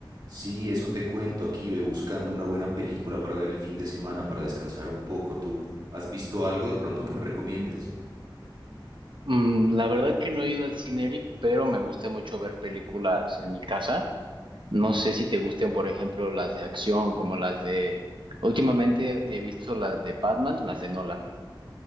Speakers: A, on the right; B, on the right.
A: Sí, eso te cuento aquí, ve buscando una buena película para ver el fin de semana, para descansar un poco. ¿Tú has visto algo de pronto que me recomiendes?
B: Mm, la verdad que no he ido al cine, Eric, pero me gusta mucho ver películas en mi casa. No sé si te gusten, por ejemplo, las de acción, como las de... Últimamente he visto las de Batman, las de Nolan.